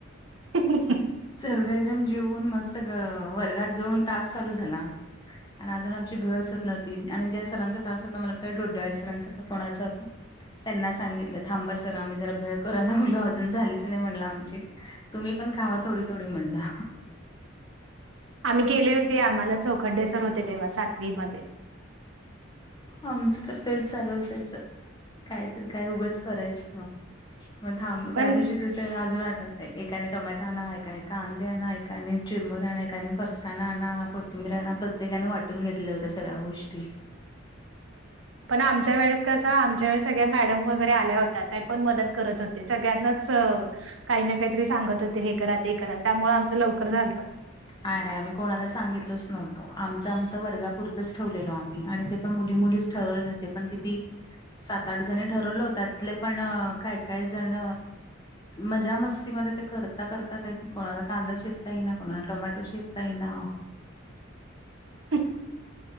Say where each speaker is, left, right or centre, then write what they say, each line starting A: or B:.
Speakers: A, on the right; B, on the left.
A: हु्हुहू.
B: सगळेजण जेऊन मस्त... ग... वर्गात जाऊन तास चालू झाला. आणि अजून आमची भेळच होत नव्हती आणि ज्या सरांचा तास होता... मला वाटतं, डोडाळे सरांचा का कोणाचा होता त्यांना सांगितलं... थांबा सर, आम्ही जरा भेळ करायला लागलोय... अजून झालीच नाही म्हणलं आमची तुम्ही पण खावा थोडी-थोडी म्हणलं.
A: आम्ही केली होती, आम्हाला चौखंडेसर होते तेव्हा... सातवी मध्ये
B: आमचं तर तेच चालू असायचं... काय तर काय... उगच करायचं. मग थांब...
A: पण
B: त्या दिवशीचं ते अजून आठवतं एकाने टोमाटो आणा... एकाने कांदे आणा... एकाने चुरमरा आणा... एकाने फरसाना आणा. -बीर आना प्रत्येकाने वाटून घेतल्या होत्या सगळ्या गोष्टी.
A: पण आमच्या वेळेस कसं... आमच्या वेळेस सगळ्या मॅडम आल्या होत्या... त्या पण मदत करत होत्या... सगळ्यांनाच काही ना काहीतरी सांगत होते... हे करा... ते करा... त्यामुळे आमचं लवकर झालतं.
B: आरे... आम्ही कोणाला सांगितलच नव्हतो... आमचं -आमचं वर्गापुरतच ठेवलेलो आम्ही आणि ते मुली मुलीच ठरवले होते... पण किती? सात आठ जणी ठरवल्या होत्या... त्यातले पण काय-काय जण मजा मस्तीमध्ये ते करता-करता... ते काय कोणाला कांदा चिरता येईना. मला टोमॅटो चिरता येईना
A: हूं.